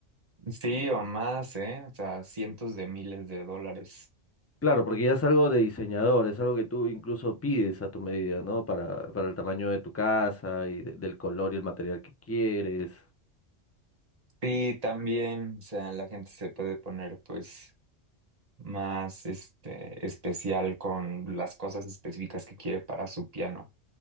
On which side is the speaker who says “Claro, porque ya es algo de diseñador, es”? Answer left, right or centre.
Left